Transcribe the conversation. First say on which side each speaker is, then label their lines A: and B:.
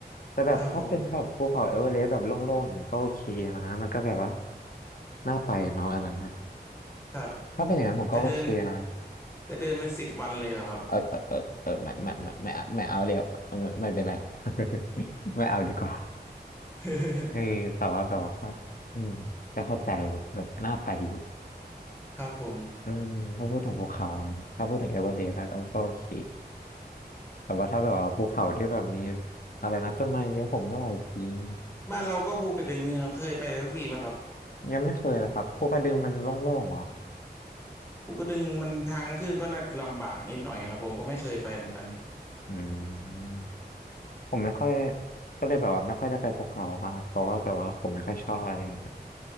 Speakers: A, on the left (about 55°); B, on the left (about 15°).
A: แต่แบบถ้าเป็นแบบภูเขาเอเวอเรสต์แบบโล่งๆอย่างนั้นก็โอเคนะมันก็แบบว่า
B: ครับผม
A: น่าไปเนาะอันนั้นนะ
B: ครับ
A: ถ้าเป็นอย่างนั้นผมก็โอเคนะ
B: แต่เดินแต่เดินเป็นสิบวันเลยเหรอครับ
A: เออเออเออเออไม่ไม่ไม่ไม่ไม่ไม่เอาเดี๋ยวไม่ไม่เป็นไร <laughs> ไม่เอาดีกว่า
B: <laughs>
A: เออแต่ว่าแบบว่าก็อืมก็เข้าใจแบบน่าไปอยู่
B: ครับผม
A: อืมถ้าพูดถึงภูเขาอะถ้าพูดถึงเอเวอเรสต์ก็โอเค แต่ว่าถ้าแบบว่าภูเขาที่แบบมีอะไรนะต้นไม้เยอะผมไม่ไหวจริง
B: บ้านเราก็ภูกระดึงเนี่ยครับเคยไปสักทีไหมครับ
A: ยังไม่เคยเลยครับภูกระดึงมันโล่งๆเหรอ
B: ภูกระดึงมันทางขึ้นก็น่าจะลำบากนิดหน่อยครับผมก็ไม่เคยไปเหมือนกัน
A: อืมผมไม่ค่อยก็เลยแบบว่าไม่ค่อยได้ไปภูเขาอะเพราะว่าแบบว่าผมไม่ค่อยชอบอะไรอย่างเงี้ย